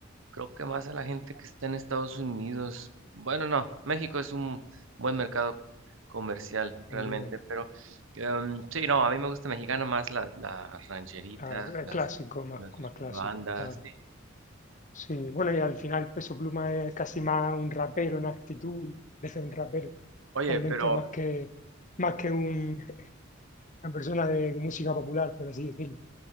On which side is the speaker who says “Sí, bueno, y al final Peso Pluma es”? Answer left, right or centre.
Left